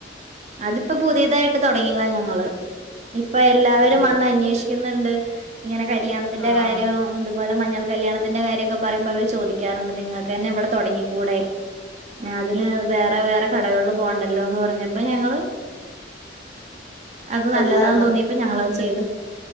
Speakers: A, on the right; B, on the left.
A: അതിപ്പോ പുതിയതായിട്ട് തുടങ്ങിയതാ ഞങ്ങള്, ഇപ്പൊ എല്ലാവരും
B: ആണല്ലേ
A: വന്ന് അന്വേഷിക്കു ന്നുണ്ട്. ഇങ്ങനെ കല്യാണത്തിന്റെ
B: ആഹ്
A: കാര്യം
B: ആഹ്
A: അതുപോലെ മഞ്ഞൾ കല്യാണത്തിന്റെ കാര്യൊക്കെ പറയുമ്പോ അവര് ചോദിക്കാറുണ്ട്, നിങ്ങൾക്ക് തന്നെ ഇവിടെ തുടങ്ങിക്കൂടെ അതിന് വേറെ പിന്നെ വേറെ കടകളിൽ പോകണ്ടല്ലോന്ന് പറഞ്ഞപ്പോ ഞങ്ങള് അത്
B: ഇപ്പ
A: നല്ലതാന്ന്
B: എല്ലാം
A: തോന്നിയപ്പോ ഞങ്ങളത് ചെയ്തു.